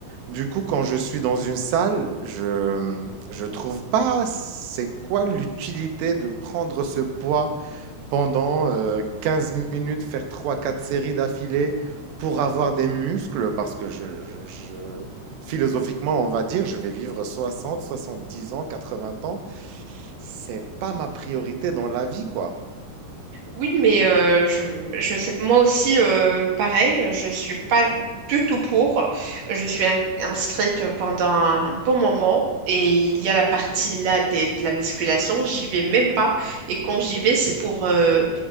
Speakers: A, on the right; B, on the right.
A: Du coup, quand je suis dans une salle, je, je trouve pas c'est quoi l'utilité de prendre ce poids pendant euh, 15 minutes, faire trois, quatre séries d'affilée pour avoir des muscles, parce que je, je- je- philosophiquement, on va dire, je vais vivre soixante, soixante-dix ans, 80 ans. C'est pas ma priorité dans la vie, quoi.
B: Oui, mais euh, je, je sais, moi aussi, euh, pareil, je suis pas du tout pour. Je suis in- inscrite pendant un bon moment et il y a la partie là des- de la musculation, j'y vais même pas. Et quand j'y vais, c'est pour, euh,